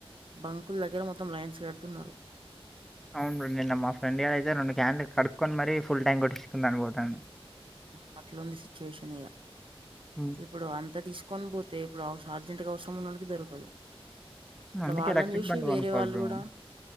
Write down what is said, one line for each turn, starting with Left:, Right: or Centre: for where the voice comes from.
Right: బంకుల దగ్గర మొత్తం లైన్స్ కడుతున్నారు
Centre: అవును రండి నిన్న మా ఫ్రెండ్ ఏడ అయితే రెండు క్యాండ్లు కడుక్కొని మరీ ఫుల్ టైం కొట్టిుకుంద అపోతాను
Right: మట్లొంద సిచువేషన్ ఇగ
Centre: హ్మ్.
Right: ఇప్పుడు అంత తీస్ కొన పోతే ఇప్పుడు అవసం అర్జెంట్గా అవసరం ఉండడానికి దొరకదు అట్లా
Centre: అందుకే
Right: వాళ్ళని
Centre: ఎలక్ట్రిక్
Right: చూసి
Centre: బండ్లు
Right: వేరే
Centre: కొనుక్కోవాలి
Right: వాళ్ళు
Centre: బ్రో.
Right: కూడ